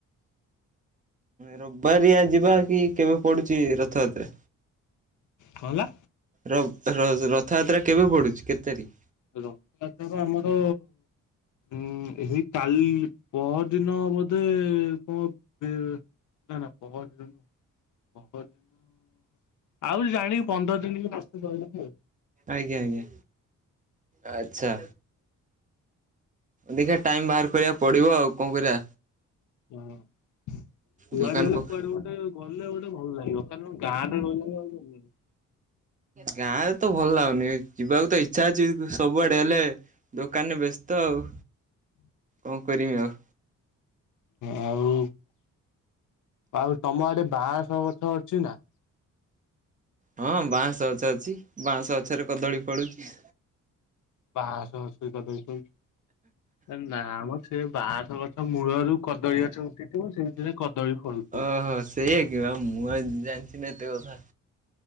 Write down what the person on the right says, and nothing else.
ରବିବାରିଆ ଯିବା କି କେବେ ପଡୁଛି ରଥଯାତ୍ରା।
ର ର ରଥଯାତ୍ରା କେବେ ପଡୁଛି କେତେ ତାରିଖି?
ଆଜ୍ଞା ଆଜ୍ଞା। ଆଛା ଦେଖି ଆ ଟାଇମ ବାହାର କରିବାକୁ ପଡିବ ଆଉ କଣ କରିବା।
ଦୋକାନ
ଫୋକାନ
ଗାଁ ରେ ତ ଭଲ ଲାଗୁନି ଯିବାକୁ ତ ଇଚ୍ଛା ଅଛି ସବୁଆଡେ ହେଲେ ଦୋକାନରେ ବ୍ୟସ୍ତ ଆଉ କଣ କରବି ଆଉ।
ହଁ ବାଁଶ ଗଛ ଅଛି ବାଉଁଶ ଗଛରେ କଦଳୀ ଫାଳୁଛି।
ଓହୋ ସେଇଥା କି ମୁଁ ଆଉ ଜାଣିଛି ନା ଏତେ କଥା।